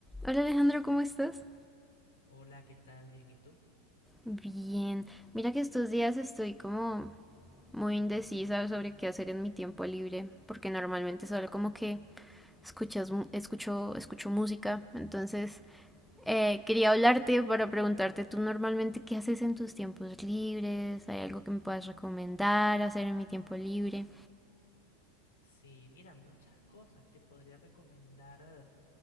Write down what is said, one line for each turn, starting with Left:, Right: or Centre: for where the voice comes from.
Centre: Hola Alejandro, ¿cómo estás?
Left: Hola, ¿qué tal? Bien, ¿y tú?
Centre: Bien. Mira que estos días estoy como muy indecisa sobre qué hacer en mi tiempo libre, porque normalmente solo como que escuchas, mu- escucho, escucho música. Entonces, eh, quería hablarte para preguntarte tú normalmente qué haces en tus tiempos libres, ¿hay algo que me puedas recomendar hacer en mi tiempo libre?
Left: Sí, mira, muchas cosas te podría recomendar.